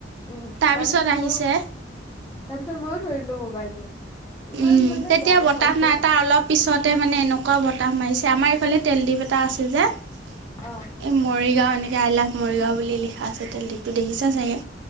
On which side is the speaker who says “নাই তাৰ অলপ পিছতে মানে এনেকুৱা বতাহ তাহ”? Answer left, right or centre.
Right